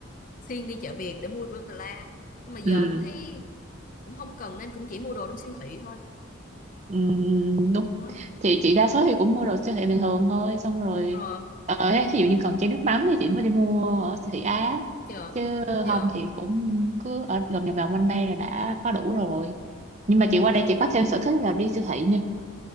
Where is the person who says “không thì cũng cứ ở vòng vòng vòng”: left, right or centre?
Right